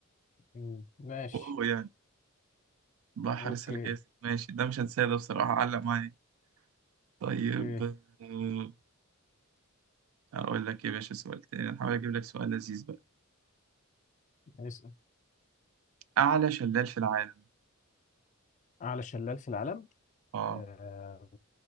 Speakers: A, on the left (about 35°); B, on the right (about 70°).
A: مم. ماشي
B: واو يعني بحر
A: اوكي
B: سرجاسو ماشي ده مش هنساه ده بصراحة علق معايا طيب
A: اوكي
B: آه، أقول لك إيه يا باشا سؤال تاني أحاول أجيب لك سؤال لذيذ بقى
A: اسأل
B: أعلى شلال في العالم
A: اعلى شلال في العالم
B: أه
A: آه...